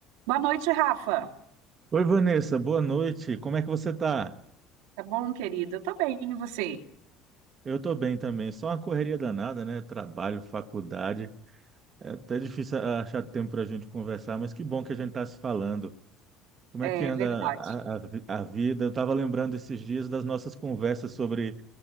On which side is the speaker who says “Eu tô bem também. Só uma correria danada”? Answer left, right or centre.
Right